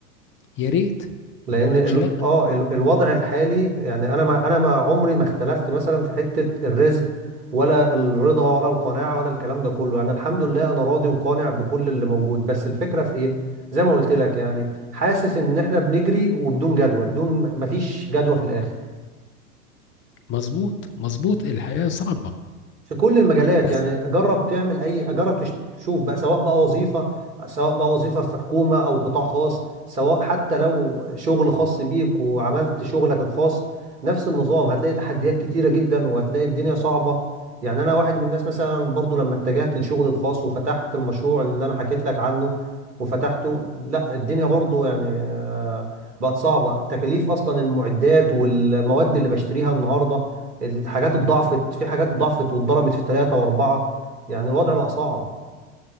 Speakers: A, on the left; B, on the right.
A: يا ريت
B: لان
A: ما بقولكش
B: ال...
A: لا
B: اه ال... الوضع الحالي يعني انا ما انا ما عمري ما اختلفت مثلا في حتة الرزق ولا الرضا ولا القناعة ولا الكلام ده كله يعني الحمد لله انا راضي وقانع بكل اللي موجود بس الفكرة في ايه زي ما قلت لك يعني حاسس ان احنا بنجري وبدون جدوى بدون ما فيش جدوى في الاخر
A: مظبوط مظبوط الحياة صعبة
B: في كل المجالات
A: بس
B: يعني جرب تعمل اي جرب تش- تشوف بقى سواء بقى وظيفه سواء بقى وظيفه في حكومه او قطاع خاص سواء حتى لو شغل خاص بيك وعملت شغلك الخاص نفس النظام هتلاقي تحديات كتيره جدا وهتلاقي الدنيا صعبه يعني انا واحد من الناس مثلا برضو لما اتجهت للشغل الخاص وفتحت المشروع اللي انا حكيت لك عنه وفتحته لا الدنيا برضو يعني آه، بقت صعبه تكاليف اصلا المعدات والمواد اللي بشتريها النهارده الحاجات اتضاعفت في حاجات ضعفت واتضربت في ثلاثة وأربعة يعني الوضع بقى صعب